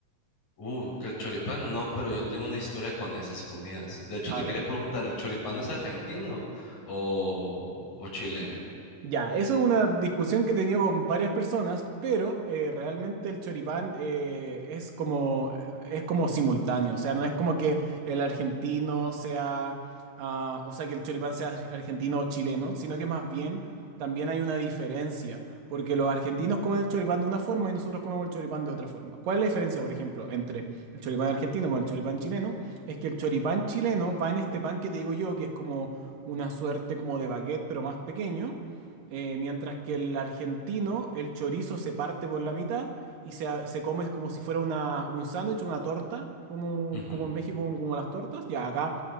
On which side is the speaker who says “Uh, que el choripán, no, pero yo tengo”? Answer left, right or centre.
Left